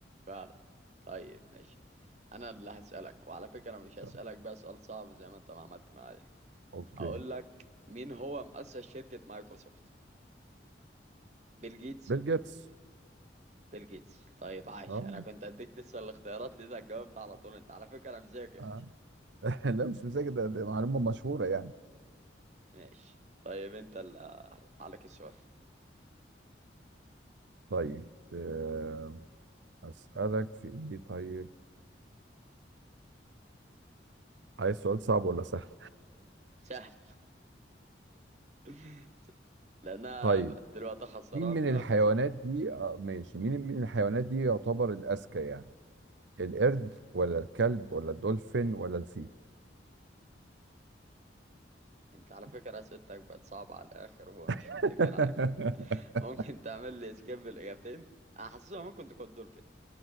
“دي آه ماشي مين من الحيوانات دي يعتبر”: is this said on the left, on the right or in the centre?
Right